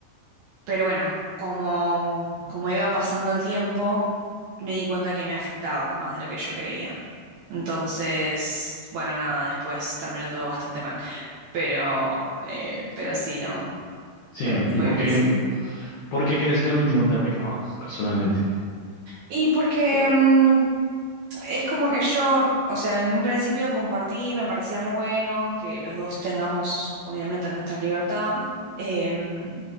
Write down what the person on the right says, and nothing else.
Pero bueno, como, como iba pasando el tiempo, me di cuenta que me afectaba más de lo que yo creía. Entonces, bueno, nada, después terminó todo bastante mal. Pero, eh, pero sí, no,
fue,
fue
difícil.
Y porque mm, Es como que yo, o sea, en un principio compartí, me parecía re bueno que los dos tengamos, obviamente, nuestra libertad, em,